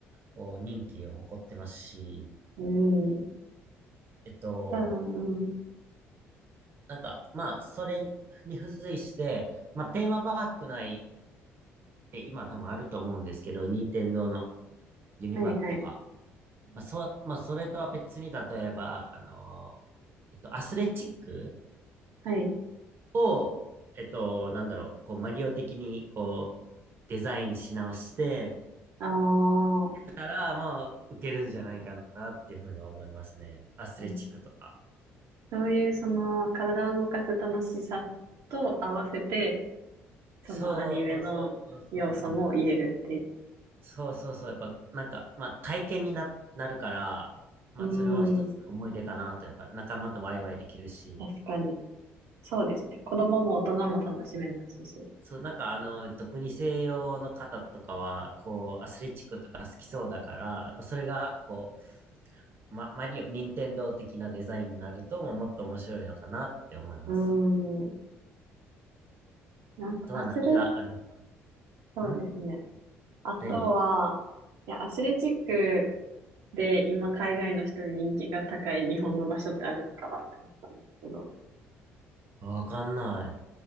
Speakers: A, on the right; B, on the right.
A: こう人気を誇ってますし、
B: うん。
A: えっと、
B: ああ、うん。
A: なんか、まあ、それに付随して、まあ、テーマパーク内って今多分あると思うんですけど、任天堂のユニバとか、
B: はい、はい、
A: まあ、そ、まあ、それとは別に、例えば、あの、えっと、アスレチック
B: はい。
A: を、えっと、なんだろう、こう、マリオ的に、こう、デザインし直して、
B: ああ、
A: たら、まあ、受けるんじゃないかなっていうふうに思いますね。アスレチックとか。
B: うんそういうその体を動かす楽しさと合わせて、そのアニメの要素も入れるっていう。
A: そうそうそうそう。そうそうそう。やっぱ、なんか、まあ、体験にな、なるから、まあ、
B: うん、
A: それも一つの思い出かなと、やっぱ、仲間とワイワイできるし、
B: 確かに。そうですね。子供も大人も楽しめますし。
A: そう、なんか、あの、特に西洋の方とかは、こう、アスレチックとか好きそうだから、それが、こう、ま、マリオ、任天堂的なデザインになると、まあ、もっと面白いのかなって思います。
B: うん。なんか、
A: あとは何があるんだろ
B: アスレ、そうですね。
A: う。ん
B: あとは、
A: 何
B: いや、アスレチックで今海外の人に人気が高い日本の場所ってあるのかなって思ったんですけど、
A: わかんない。